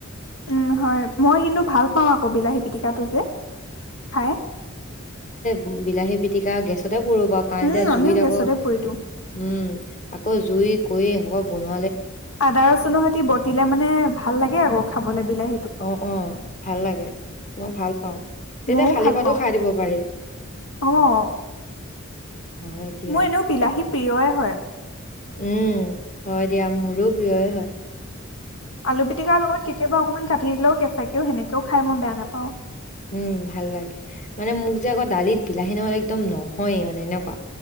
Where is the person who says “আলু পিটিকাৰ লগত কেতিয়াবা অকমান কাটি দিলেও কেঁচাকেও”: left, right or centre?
Left